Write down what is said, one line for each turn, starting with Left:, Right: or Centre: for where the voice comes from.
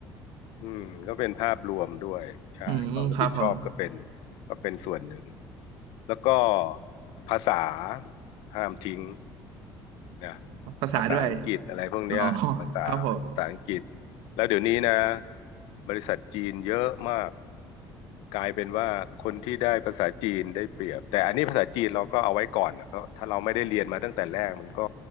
Left: อืมก็เป็นภาพรวมด้วยใช่ความรับผิดชอบก็เป็น
Right: อืมครับผม
Left: ก็เป็นส่วนหนึ่งแล้วก็ภาษาห้ามทิ้ง นะ
Right: ภาษาด้วย
Left: ภาษาอังกฤษอะไรพวกเนี้ยภาษาภาษาอังกฤษ
Right: อ๋อครับผม
Left: แล้วเดี๋ยวนี้นะบริษัทจีนเยอะมากกลายเป็นว่าคนที่ได้ภาษาจีนได้เปรียบแต่อันนี้ภาษาจีนเราก็เอาไว้ก่อนนะเพราะถ้าเราไม่ได้เรียนมาตั้งแต่แรกมันก็